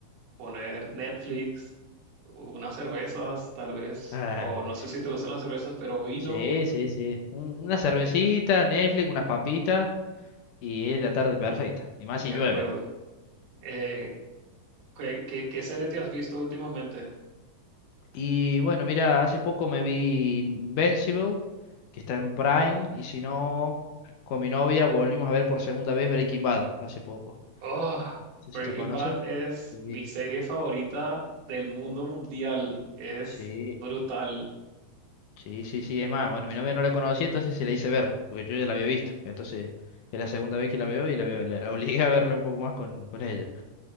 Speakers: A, on the right; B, on the left.
A: poner Netflix, unas cervezas tal vez,
B: <laughs>
A: o no
B: Ah,
A: sé si te gustan las cervezas, pero vino,
B: sí, sí, sí. Un- una cervecita, Netflix, unas papitas. Y es la tarde perfecta. Y más
A: de
B: si llueve.
A: acuerdo. Eh, ¿qué, qué, qué serie te has visto últimamente?
B: Y bueno, mira, hace poco me vi Invincible, que está en Prime. Y si no, con mi novia volvimos a ver por segunda vez Breaking Bad hace poco.
A: Oh,
B: No
A: Breaking
B: sé si la conoces.
A: Bad es
B: Sí.
A: mi serie favorita del mundo mundial, es
B: Sí,
A: brutal.
B: sí, sí, sí. Es más, bueno, mi novia no la conocía, entonces se la hice ver, porque yo ya la había visto. Entonces, es la segunda vez que la veo y la, veo- la obligué a verla un poco más con, con ella.